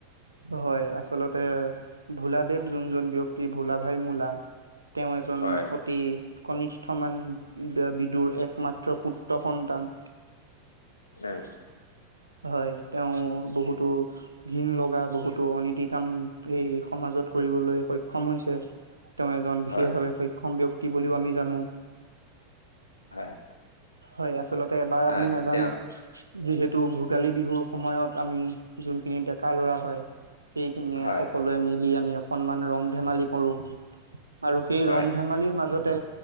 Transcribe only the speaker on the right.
হয় আচলতে ভোলাদেৱ যোনজন ব্যক্তি ভোলা ভাই মোলা তেওঁ এজন
অতি কনিষ্ঠ মান বিদুৰ একমাত্ৰ পুত্ৰ সন্তান।
হয় তেওঁ বহুতো ঘিন লগা বহুতো অনীতি কাম এই সমাজত কত কৰিবলৈ সক্ষম হৈছে। তেওঁ এজন বিশেষভাৱে
সক্ষম ব্যক্তি বুলিও আমি জানো।
হয় আচলতে এবাৰ আপুনি
নাজানে
যিহেতু ভোগালী বিহুৰ সময়ত আমি যোনখিনি ডেকা লৰা হয় সেইখিনিয়ে
সকলোৱে মিলি আমি অকনমান ৰং ধেমালি কৰো আৰু সেই
ৰং ধেমালিৰ মাজতে